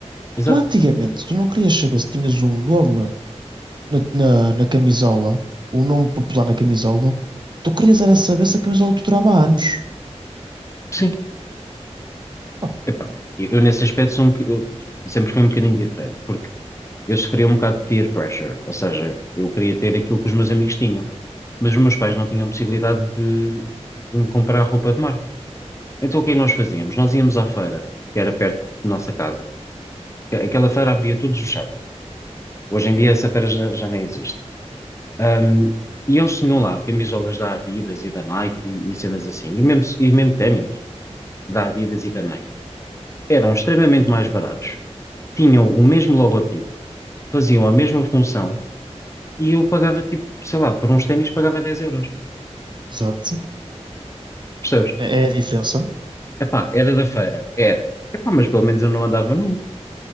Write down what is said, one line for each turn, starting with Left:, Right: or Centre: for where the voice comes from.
Left: Exato.
Right: Tu antigamente, tu não querias saber se tinhas um nome na, na, na camisola, um nome popular na camisola, tu querias era saber se a camisola te durava anos.
Left: sim
Right: <laughs>
Left: Epá, eu, eu nesse aspecto sou um boc- eu sempre fui um bocadinho diferente, porque eu sofria um bocado de peer pressure, ou seja, eu queria ter aquilo que os meus amigos tinham, mas os meus pais não tinham possibilidade de, de me comprar roupa de marca. Então o que é que nós fazíamos? Nós íamos à feira, que era perto da nossa casa. A- Aquela feira abria todos os sábados. Hoje em dia essa feira já, já nem existe. Ahm, e eles tinham lá camisolas da Adidas e da Nike e, cenas assim, e mesmo, e mesmo ténis da Adidas e da Nike. Eram extremamente mais baratos tinham o mesmo logotipo, faziam a mesma função e eu pagava, tipo, sei lá, por uns ténis pagava 10 euros.
Right: Exato.
Left: Percebes?
Right: É é a diferença.
Left: Epá, era da feira, era. Epá, mas pelo menos eu não andava nu.